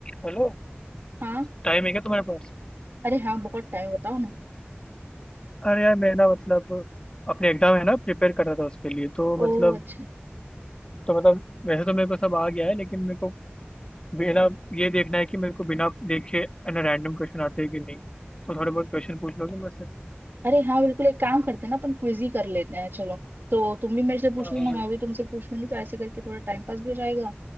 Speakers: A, on the left; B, on the right.
A: Hello
B: हाँ
A: Time है क्या तुम्हारे पास
B: अरे हाँ बहुत टाइम बताओ ना
A: अरे यार मैं ना मतलब अपने एग्जाम है ना प्रिपेयर कर रहा था उसके लिए तो
B: ओ
A: मतलब
B: अच्छा
A: तो मतलब वैसे तो मेरे को सब आ गया है लेकिन मेरे को बिना ये देखना है कि मेरे को बिना देखे है ना रैंडम क्वेश्चन आते हैं कि नहीं तो थोड़े बहुत क्वेश्चन पूछ लोगे मेरे से
B: अरे हाँ बिल्कुल एक काम करते हैं ना अपन क्विज ही कर लेते हैं चलो तो तुम भी मेरे से पूछ
A: हाँ
B: लेना
A: हाँ भाई
B: मैं भी तुमसे पूछ लूंगी तो ऐसे करके थोड़ा टाइम पास भी हो जाएगा